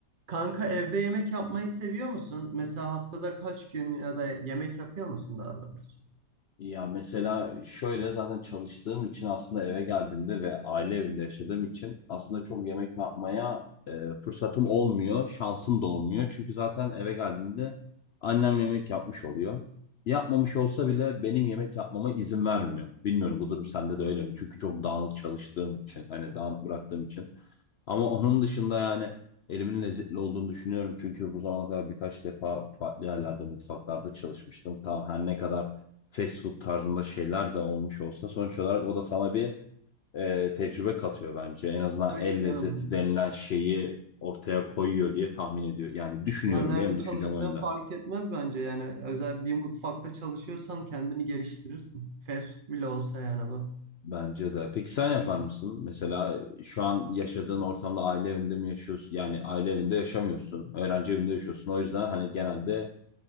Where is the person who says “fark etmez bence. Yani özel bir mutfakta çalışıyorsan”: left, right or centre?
Right